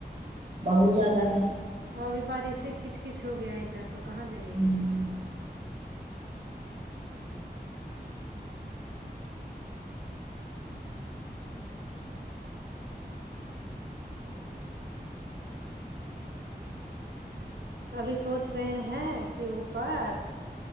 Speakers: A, on the right; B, on the right.
A: بہت زیادہ ہے
B: اور ابھی بارش سے کچ کچ ہو گیا ہے ادھر تو کہاں جائیے
A: ہوں
B: گا ابھی سوچ رہے ہیں کہ اوپر